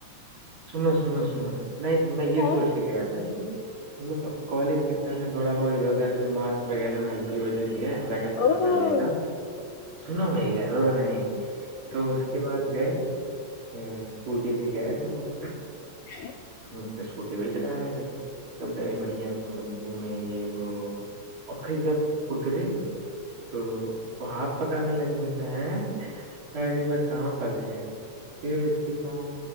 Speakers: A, on the right; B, on the left.
A: سنو سنو سنو میں میں یہ
B: ہے
A: سوچ کے گیا تھا کہ مطلب کالج کے سر ہیں تھوڑا بہت ادھر ادھرھر مارکس وغیرہ میں ہیلپی ہو جائے ہے ا چل
B: او
A: تو چل دیتا ہوں سنو میںیا ہو نہیں تو اس کے بعد گئے اسکوٹی لے کے آئے تھے وہ
B: جی
A: ہ پ اسکوٹی وہی چلا رہے تھے تو گئے بڑھیا ملب م میں یہ وہ افریکہ بدے تو وہ ہاتھ پکڑنے لگ م گا ہے خیر یے میں کہاں پھنس گیا پھر اس کے بعد